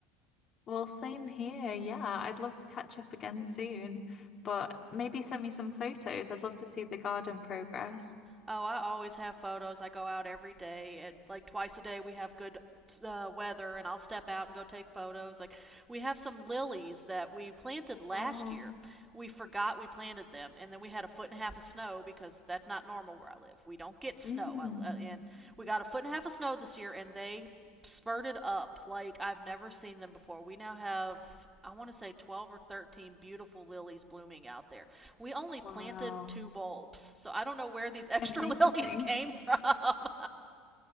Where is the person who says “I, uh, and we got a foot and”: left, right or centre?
Right